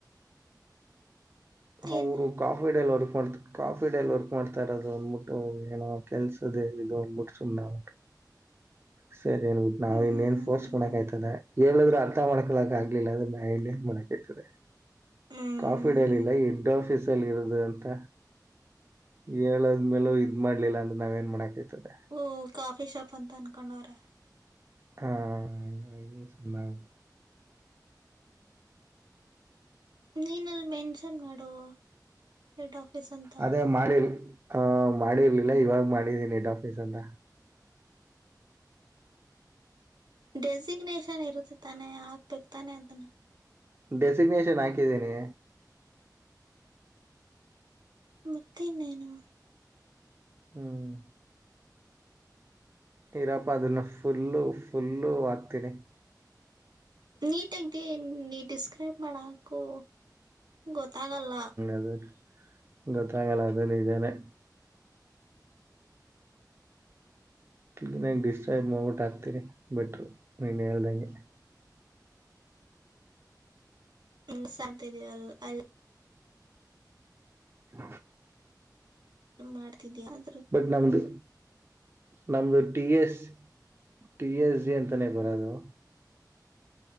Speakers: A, on the right; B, on the right.
A: ಏನ್
B: ಅವರು ಕಾಫಿ ಡಲ್ ವರ್ಕ್ ಮಾಡ್ತ ಕಾಫಿ ಡಲ್ಲಿ ವರ್ಕ್ ಮಾಡ್ತಾ ಇರೋದು ಅಂದ್ಬಿಟ್ಟು ಏನ ಕೆಲ್ಸ ಅದೇ ಇದು ಒಬರು ಸುನ್ನ
A: <inaudible>
B: ಸರಿ ನ್ಟ್ು ನಾವ
A: ಹ್ಮ್
B: ಇನ್ನೇನ್
A: ಹ್ಮ್ ಹ್ಮ್
B: ಫೋರ್ಸ್
A: ಹ್ಮ್
B: ಮಾಡಕ್
A: ಹ್ಮ್
B: ಆಯ್ತದ ಹೇಳಿದ್ರು ಅರ್ಥ ಮಾಡ್ಕೊಳಕ ಆಗ್ಲಿಲ್ಲ ಅ್ರ ಮಾಡಕ್ತದೆ
A: ಹ್ಮ್
B: ಕಾಫಿ ಇಡಲಿಲ್ಲ ದಡ್ ಆಫೀಸ್ ಅಲ್ಲಿ ಇರೋದು ಅಂತ ಹೇಳದ್ಮೇಲೂ ಇದ್ ಮಾಡ್ಲಿಲ್ಲ ಅಂದ್ರ ನಾವ ಏನ್ ಮಾಡಕತದೆ
A: ಹ್ಮ ಕಾಫಿ ಶಾಪ್ ಅಂತ ಅನ್ಕೊಂಡವ್ರ
B: ಹ ಸುಮ್ಮು
A: ನೀನಲ್ಲಿ ಮೆನ್ಷನ್ ಮಾಡು ಹೆಡ್ ಆಫೀಸ್ ಅಂತ
B: ಅದೇ ಮಾಡಿರ್ ಆ ಮಾಡಿರ್ಲಿಲ್ಲ ಇವಾಗ ಮಾಡಿದೀನಿ ಇಡ್ ಆಫೀಸ್ ಅಂತ
A: ಡೆಸಿಗ್ನೇಷನ್ ಇರುತ್ತೆ ತಾನೆ ಹಾಕ್ಬೇಕ ತಾನೆ ಅದನ್ನ
B: ಡೆಸಿಗ್ನೇಷನ್ ಹಾಕಿದ್ದೀನಿ
A: ಮತ್ತೆನ್ನೇನು
B: ಹ್ಮ್ ಇರಪ್ಪ ಅದನ್ನ ಫುಲ್ಲು ಫುಲ್ಲು ಹಾಕ್ತೀನಿ
A: ನೀಟಾಗಿ ಡೇ ನೀ ಡಿಸ್ಕ್ರೈಬ್ ಮಾಡೋಕು ಗೊತ್ತಾಗಲ್ಲ
B: ಹ ಗೊತ್ತಾಗಲ್ಲ ಅದಲ್ಲಿ ಇದ ಇದಾನನೆ ಇಿನಂ ಡಿಸ್ಟರ್ಬ್ ಮಟ್ ಆಗ್ತಿೀರಿ ಬೆಟ್್ರ ನೀನ್ ಹೇಳ್ದಂಗೆ
A: ಹ್ಮ ಸಾ್ತಿದೀವಲ್ಲ ಅ
B: ಹ
A: ಮಾಡ್ತಿದ್ಯಾ ಅ
B: ಬದನಾಮದು ನಮ್ದು T S T S G ಅಂತಾನೇ ಬರದು